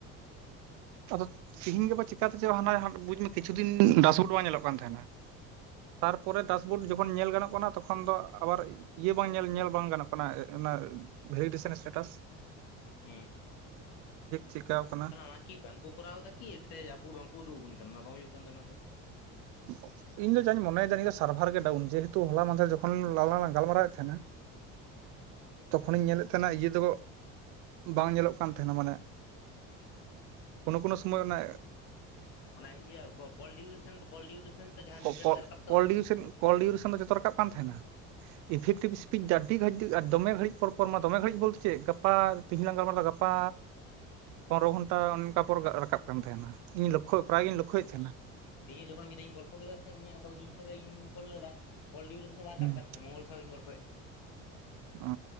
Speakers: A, on the right; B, on the left.
A: ᱟᱫᱚ ᱛᱤᱦᱤᱧ ᱜᱟᱯᱟ ᱪᱤᱠᱟᱛᱮᱪᱚ ᱦᱟᱱᱟ ᱵᱩᱡ ᱢᱮ ᱠᱤᱪᱷᱩ ᱫᱤᱱ ᱰᱟᱥ ᱵᱳᱰ ᱵᱟᱝ ᱧᱮᱞᱚᱜ ᱠᱟᱱ ᱛᱟᱦᱮᱸᱱᱟ ᱛᱟᱨᱯᱚᱨᱮ ᱰᱟᱥᱵᱳᱰ ᱡᱚᱠᱷᱚᱱ ᱧᱮᱞ ᱜᱟᱱᱚᱜ ᱠᱟᱱᱟ ᱛᱚᱠᱷᱚᱱ ᱫᱚ ᱟᱵᱟᱨ ᱤᱭᱟᱹ ᱵᱟᱝ ᱧᱮᱞ ᱧᱮᱞ ᱵᱟᱝ ᱜᱟᱱᱚᱜ ᱠᱟᱱᱟ ᱚᱱᱟ ᱵᱷᱨᱤᱴᱮᱥᱚᱱ ᱮᱥᱴᱮᱴᱟᱥ
B: ᱦᱩᱸ
A: ᱪᱮᱠᱟᱣ ᱠᱟᱱᱟ
B: ᱛᱟᱦᱞᱮ ᱚᱱᱟ ᱠᱤ ᱵᱟᱝᱠᱚ ᱠᱚᱨᱟᱣ ᱮᱫᱟ ᱠᱤ ᱥᱮ ᱟᱵᱚ ᱵᱟᱝᱠᱚ ᱩᱫᱩᱜ ᱟᱵᱚᱱ ᱠᱟᱱᱟ ᱵᱟᱝ ᱵᱩᱭᱩᱜ ᱠᱟᱱ ᱫᱚ ᱚᱱᱟ ᱫᱚ
A: <inaudible> ᱤᱧ ᱫᱚ ᱡᱟᱧ ᱢᱚᱱᱭᱮᱫᱟ ᱱᱤᱭᱟᱹ ᱫᱚ ᱥᱟᱨᱵᱷᱟᱨ ᱜᱮ ᱰᱟᱣᱩᱱ ᱡᱮᱦᱮᱛᱩ ᱦᱚᱞᱟ ᱢᱟᱫᱷᱮᱨ ᱡᱚᱠᱷᱚᱱ ᱞᱟᱝ ᱜᱟᱞᱢᱟᱨᱟᱣᱮᱫ ᱛᱟᱦᱮᱸᱱᱟ ᱛᱚᱠᱷᱚᱱᱤᱧ ᱧᱮᱞᱮᱫ ᱛᱟᱦᱮᱱᱟ ᱤᱭᱟᱹ ᱫᱚ ᱵᱟᱝ ᱧᱮᱞᱚᱜ ᱠᱟᱱ ᱛᱟᱦᱮᱱᱟ ᱢᱟᱱᱮ ᱠᱳᱱᱳ ᱠᱳᱱᱳ ᱥᱚᱢᱚᱭ ᱚᱱᱮ
B: ᱚᱱᱟ ᱤᱭᱟᱹ ᱠᱚᱞ ᱰᱤᱭᱩᱨᱮᱥᱮᱱ ᱠᱚᱞ ᱰᱤᱭᱩᱨᱮᱥᱚᱱ ᱛᱚ ᱡᱟᱦᱟᱸ
A: ᱠᱚᱼᱠᱚᱼᱠᱚᱞ
B: ᱢᱤᱴᱟᱨ ᱛᱮ ᱨᱟᱠᱟᱵ ᱛᱚ
A: ᱰᱤᱭᱩᱥᱮᱱ ᱠᱚᱞ ᱰᱩᱭᱩᱨᱮᱥᱚᱱ ᱫᱚ ᱡᱚᱛᱚ ᱨᱟᱠᱟᱵ ᱠᱟᱱ ᱛᱟᱦᱮᱸᱱᱟ ᱤᱯᱷᱮᱠᱴᱤᱵᱽ ᱤᱥᱯᱤᱪ ᱫᱚ ᱟᱹᱰᱤ ᱜᱷᱟᱹᱲᱤᱡ ᱟᱨ ᱫᱚᱢᱮ ᱜᱷᱟᱹᱲᱤᱡ ᱯᱚᱨ ᱯᱚᱨ ᱢᱟ ᱫᱚᱢᱮ ᱜᱷᱟᱹᱲᱤᱡ ᱵᱚᱞᱛᱮ ᱪᱮᱫ ᱜᱟᱯᱟ ᱛᱮᱦᱮᱧ ᱞᱟᱝ ᱜᱟᱞᱢᱟᱨᱟᱣᱫᱟ ᱜᱟᱯᱟ ᱯᱚᱱᱨᱚ ᱜᱷᱚᱱᱴᱟ ᱚᱱᱠᱟ ᱯᱚᱨ ᱨᱟᱠᱟᱵ ᱠᱟᱱ ᱛᱟᱦᱮᱸᱱᱟ ᱤᱧ ᱞᱚᱠᱠᱷᱚ ᱯᱨᱟᱭᱜᱤᱧ ᱞᱚᱠᱠᱷᱚᱭᱮᱫ ᱛᱟᱦᱮᱸᱱᱟ
B: ᱛᱮᱦᱮᱧ ᱡᱚᱠᱷᱚᱱ ᱢᱤᱫ ᱴᱤᱱ ᱤᱧ ᱜᱚᱞᱯᱚ ᱠᱮᱫᱟ ᱥᱮ ᱤᱧᱟᱹᱜ ᱛᱚ ᱤᱧ ᱴᱷᱮᱱ ᱫᱚᱧ ᱠᱚᱞ ᱞᱮᱫᱟ ᱠᱚᱞᱤᱭᱤ ᱵᱟᱝ ᱨᱟᱠᱟᱵ
A: ᱦᱩᱸ
B: ᱠᱟᱱ ᱛᱟᱦᱮᱸᱱᱟ ᱢᱚᱝᱜᱚᱞ ᱥᱟᱶ ᱜᱮ ᱜᱚᱞᱯᱚ
A: ᱚ